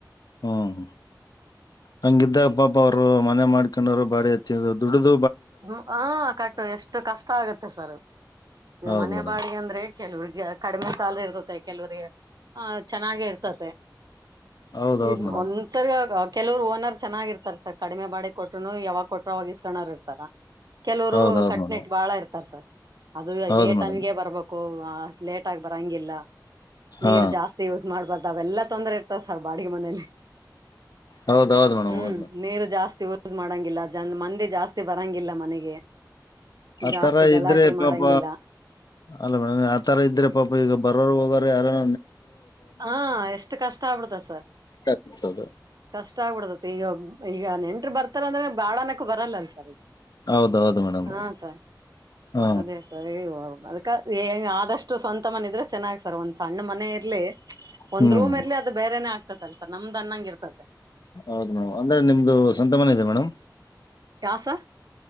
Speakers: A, on the left; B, on the right.
A: ಹ್ಮ್. ಹಂಗ ಇದಿದ್ದ ಪಾಪ ಅವ್ರು ಮನೆ ಮಾಡ್ಕೊಂಡ್ರು ಬಾಡಿ ಹಚ್ಚಿದ್ ದುಡ್ದ.
B: ಹ ಕಟ್ಟು ಎಷ್ಟು ಕಷ್ಟ ಆಗತ್ತೆ ಸರ್. ಈ
A: ಹೌದು
B: ಮನೆ
A: ಮೇಡಮ್
B: ಬಾಡಿಗೆ ಅಂದ್ರೆ ಕೆಲವ್ರಿಗೆ ಕಡಿಮೆ ಸ್ಯಾಲರಿ ಇರ್ತತ್ತೆ ಕೆಲವರಿಗೆಗೆ ಆ. ಚೆನ್ನಾಗೆ ಇರ್ತತೆ
A: ಹೌದೌದು
B: ಇ
A: ಮೇಡಮ್
B: ಒಂದ್ಸರಿ ಕೆಲವರು ಓನರ್ ಚೆನ್ನಾಗಿರ್ತ. ಇರ್ರ್ ಸರ್ ಕಡಿಮೆ ಬಾಡಿ ಕೊಟರುನು ಯಾವಾಗ ಕೊಟ್ರರು ಅವಾಗ ಇಸ್ಕೋರು ಇರ್ತಾರ. ಕೆಲವರು
A: ಹೌದೌದು
B: ಕಟ್ನಿಟ್
A: ಮೇಡಮ್
B: ಬಾಳ ಇರ್ತಾರ ಸರ್. ಅದು
A: ಹೌದು
B: ಇದೇ
A: ಮೇಡಮ್
B: ಟೈಮ್ಗೆ ಬರ್ಬೇಕು ಅಷ್ಟ್ ಲೇಟ್ ಆಗ ಬರಂಗಿಲ್ಲ. ನೀರ್
A: ಹಾ
B: ಜಾಸ್ತಿ ಯೂಸ್ ಮಾಡ್ಬಾರ್ದ ಅವೆಲ್ಲಾ ತೊಂದ್ರೆ ಇರ್ತಾವ. ಬಾಡಿಗೆ ಮನಲಿ
A: ಹೌದೌದು ಮೇಡಮ್
B: ಹ್ಮ್
A: ಹೌದು ಮೇಡಮ್
B: ನೀರು ಜಾಸ್ತಿ. ಯಸ್ ಮಾಡಂಗಿಲ್ಲ ಜನ್ ಮಂದೆ ಜಾಸ್ತಿ ಬರಂಗಿಲ್ಲ ಮನೆಗೆ.
A: ಆತರ
B: ಜಾಸ್ತಿ ಗಲಾಟೆ
A: ಇದ್ರೆ
B: ಮಾಡಂಗಿಲ್ಲ
A: ಪಾಪ. ಅಲ್ಲ ಮೇಡಮ್ ಯತರ ಇದ್ರೆ ಪಾಪ ಈಗ ಬರೋರು ಹೋಗೋ ಯಾರಾರ.
B: ಹಾ ಎಷ್ಟು ಕಷ್ಟ ಆಗ್ಬಿಡ್ತ ಸರ್.
A: ಆಗ್ತದೆ
B: ಇಷ್ಟ ಆಗ್ಬಿಡದೆ ಈಗ ಈಗ ನೆಂಟರು ಬರ್ತಾರಂದ್ರೆ ಬಾಳ ಅನಕು ಬರಲ್ಲಲ್ಲ ಸರ್ ಈಗ.
A: ಹೌದೌದು ಮೇಡಮ್.
B: ಹಾ ಸರ್
A: ಹ
B: ಅದೇ ಸರಿ ಅದಕ ಆದಷ್ಟು ಸ. ಮ ಇದ್ರೆ ಚೆನ್ನಾಗ್ ಸರ್ ಒಂದ್ ಸಣ್ಣ ಮನೆ ಇರ್ಲಿ ಒಂದು
A: ಹ್ಮ್
B: ರೂಮ್ ಇರ್ಲಿ ಅದು ಬೇರ. ಆಗ್ತ ಅಲ್ಸ ನಮ್ದ್ನಂಗೆ ಇರ್ತತೆ.
A: ಹೌದು ಮೇಡಮ್ ಅಂದ್ರೆ ನಿಮ್ದು ಸ್ವಂತ ಮನೆ ಇದೆ ಮೇಡಮ್.
B: ಯಾ ಸರ್